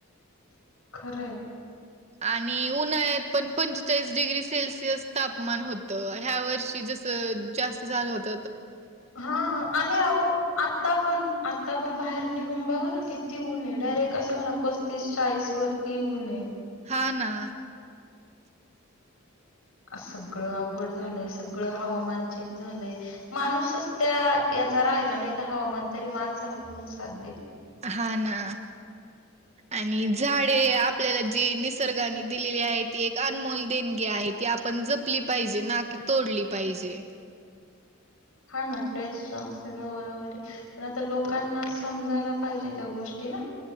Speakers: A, on the left (about 80°); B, on the right (about 30°).
A: खरं आहे.
B: आणि उन्हाळ्यात पण पंचेचाळीस डिग्री सेल्सिअस तापमान होतं ह्या वर्षी जसं जास्त झालं होत?
A: हा आणि आता पण आता पण आपण बाहेर निघून बघा ना किती ऊन आहे डायरेक्ट असं म्हणा पस्तीस चाळीस वर ती ऊन आहे.
B: हा ना.
A: सगळं अवघड झालंय सगळं हवामान चेंज झालंय माणूसच त्या याचा राहिला नाही तर हवामान तरी माणसाला कोठून साथ देईल?
B: हा ना आणि झाडे आपल्याला जी निसर्गाने दिलेली आहे ती एक अनमोल देणगी आहे ती आपण जपली पाहिजे ना की तोडली पाहिजे?
A: हा ना तेच तर. सगळं बरोबर आहे. तर लोकांना समजायला पाहिजे त्या गोष्टी ना.